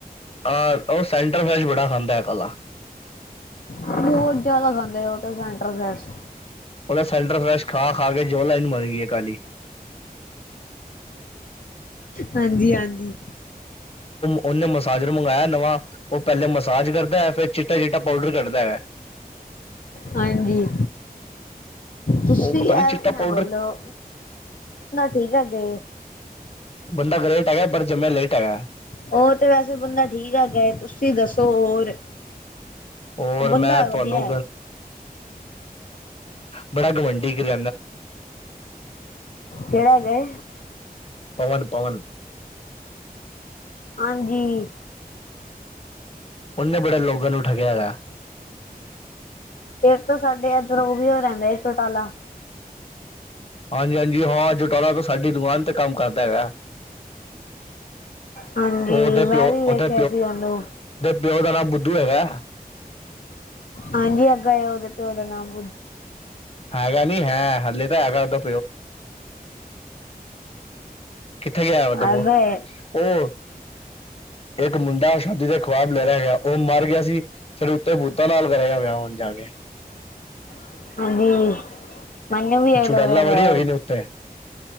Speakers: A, on the left (about 40°); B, on the left (about 60°).
A: ਔਰ ਉਹ ਸੈਂਟਰ ਵੈਜ ਬੜਾ ਖਾਂਦਾ ਭਲਾ
B: ਬਹੁਤ ਜਿਆਦਾ ਖਾਂਦੇ ਆ ਉਥੇ ਸੈਂਟਰ ਦੇ ਵਿੱਚ
A: ਉਹਦਾ ਸੈਂਟਰ ਫਲੈਸ਼ ਖਾ ਖਾ ਕੇ ਜੋਲਾਨ ਮਰ ਗਈ ਕਾਲੀ
B: ਹਾਂਜੀ ਹਾਂਜੀ
A: ਉਹਨੇ ਮਸਾਜਰ ਮੰਗਾਇਆ ਨਵਾਂ ਉਹ ਪਹਿਲੇ ਮਸਾਜ ਕਰਦਾ ਫਿਰ ਚਿੱਟਾ ਚਿੱਟਾ ਪਾਊਡਰ ਕੱਢਦਾ
B: ਹਾਂਜੀ ਤੁਸੀਂ
A: ਉਹ ਪਤਾ ਨੀ ਚਿੱਟਾ
B: ਨਾ
A: ਪਾਊਡਰ
B: ਬੋਲੋ ਠੀਕ ਹ ਜੇ
A: ਬੰਦਾ ਗ੍ਰੇਟ ਹੈਗਾ ਪਰ ਜ ਮੈਂ ਲੇਟ ਆਇਆ
B: ਔਰ ਵੈਸੇ ਬੰਦਾ ਠੀਕ ਆ ਗਏ ਤੁਸੀਂ ਦੱਸੋ ਹੋਰ
A: ਔਰ
B: ਬੰਦਾ
A: ਮੈਂ ਤੁਹਾਨੂੰ
B: ਵਧੀਆ ਹੈ
A: ਬੜਾ ਗਵੰਡੀ ਖਲ
B: ਕਿਹੜਾ ਗਏ
A: ਪਵਨ ਪਵਨ
B: ਹਾਂਜੀ
A: ਉਨੇ ਬੜੇ ਲੋਗਾਂ ਨੂੰ ਠਗਿਆ ਹੈਗਾ
B: ਇਸ ਤੋਂ ਸਾਡੇ ਅੰਦਰ ਉਹ ਵੀ ਹੋ ਰਹਿੰਦਾ
A: ਹਾਂਜੀ ਹਾਂਜੀ ਜਟਾਲਾ ਤਾਂ ਸਾਡੀ ਦੁਕਾਨ ਤੇ ਕੰਮ ਕਰਦਾ ਹੈਗਾ
B: ਹਾਂਜੀ
A: ਉਹਦੇ
B: ਮੈਂ
A: ਪਿਓ
B: ਵੀ ਵੇਖਿਆ
A: ਦਾ
B: ਸੀ ਉਹਨੂੰ
A: ਪਿਓ ਦਾ ਨਾਮ ਬੁੱਧੂ ਹੈਗਾ
B: ਹਾਂਜੀ ਅੱਗੇ ਉਹਦੇ ਪਿਓ ਦਾ ਨਾਮ
A: ਹੈਗਾ ਨਹੀਂ ਹੈ ਹਾਲੇ ਤਾਂ ਹੈਗਾ ਉਦਾਂ ਕਿੱਥੇ ਗਿਆ ਦਬੋ
B: ਅੱਗਾ ਹੈ
A: ਉਹ ਇੱਕ ਮੁੰਡਾ ਸਾਡੀ ਤੇ ਖਵਾਬ ਲੈ ਰਿਹਾ ਹੈਗਾ ਉਹ ਮਰ ਗਿਆ ਸੀ ਫਿਰ ਉੱਤੇ ਬੂਤਾ ਲਾਲ ਕਰਿਆ ਵਿਆ ਲਗੇ
B: ਹਾਂਜੀ ਮੈਨੂੰ ਵੀ ਇਹੀ
A: ਓਹ ਚੁੜਾਲਾ
B: ਲੱਗਦਾ
A: ਵਰੀ
B: ਪਿਆ
A: ਹੋ ਨੇ ਉੱਤੇ